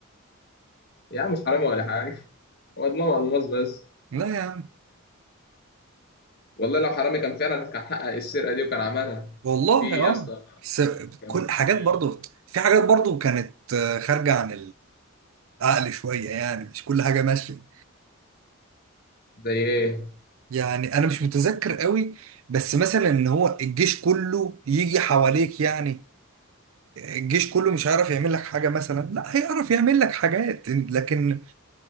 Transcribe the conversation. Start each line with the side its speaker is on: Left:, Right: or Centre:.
Left: يا عم مش حرامي ولا حاجة هو دماغه ألماظ بس
Right: لا يا عم
Left: والله لو حرامي كان فعلا كان حقق السرقة دي وكان عملها
Right: والله
Left: في يا
Right: أه
Left: اسطى
Right: بس
Left: كان
Right: كل حاجات
Left: في
Right: برضو في حاجات برضو كانت آه، خارجة عن العقل شوية يعني مش كل حاجة ماشية
Left: زي إيه
Right: يعني أنا مش متذكر قوي بس مثلا إن هو الجيش كله يجي حواليك يعني الجيش كله مش هيعرف يعمل لك حاجة مثلا لا هيعرف يعمل لك حاجات لكن